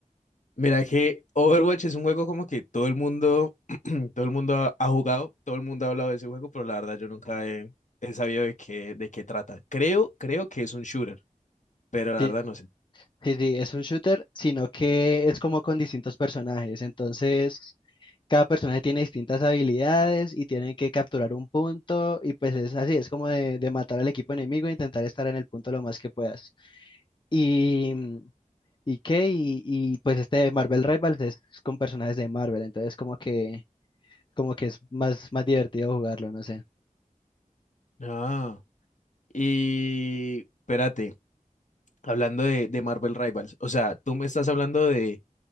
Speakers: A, on the left; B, on the left.
A: Mira que Overwatch es un juego como que todo el mundo, <clears throat> todo el mundo ha, ha jugado, todo el mundo ha hablado de ese juego, pero la verdad yo nunca he, he sabido de qué, de qué trata. Creo, creo que es un shooter, pero la
B: Sí,
A: verdad no sé.
B: sí, sí, es un shooter, sino que es como con distintos personajes, entonces... Cada personaje tiene distintas habilidades y tienen que capturar un punto y pues es así, es como de, de matar al equipo enemigo e intentar estar en el punto lo más que puedas. Y, mm, y qué, y, y, pues este Marvel Rivals es con personajes de Marvel, entonces como que, como que es más, más divertido jugarlo, no sé.
A: Ah. Y espérate, hablando de, de Marvel Rivals, o sea, tú me estás hablando de